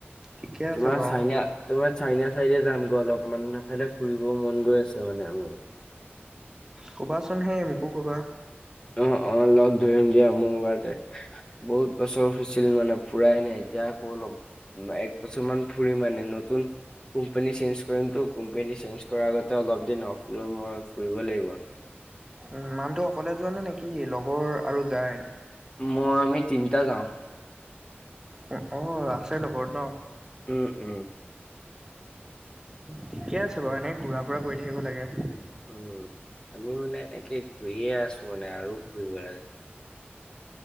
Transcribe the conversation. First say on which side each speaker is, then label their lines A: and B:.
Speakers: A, on the right; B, on the left.
A: ঠিকে আছে
B: তোমাৰ
A: বাৰু
B: চাইন তোমাৰ। চাইনা চাইড যামগৈ অলপমান সিফালে ফুৰিব মন গৈ আছে মানে আ।
A: কবাচোন হেই মোকো কবা।
B: অ অ লগ ধৰিম দিয়া মোৰ বাৰতে বহুত বছৰ হৈছিল মানে পুৰাই এনে এতিয়া আকৌ অলপ। একবছৰ মান ফুৰি মানে নতুন। কোম্পানী কোম্পানী চজ কৰ আগতে অলপ ফুৰিব লাগিব।
A: উ মানুহটো অকলে যোৱা নে নেকি লগৰ আৰু যায়।
B: মই আমি তিনিটা যাওঁ।
A: অ অ আছে লগত ন।
B: উম উম।
A: ঠিকে আছে বাৰু এনেই ঘূৰা ফুৰা কৰি থাকিব লাগে।
B: উ আমিও মানে এনেকে ঘূৰিয়ে আছো মানে আৰু ঘূৰিব লাগে।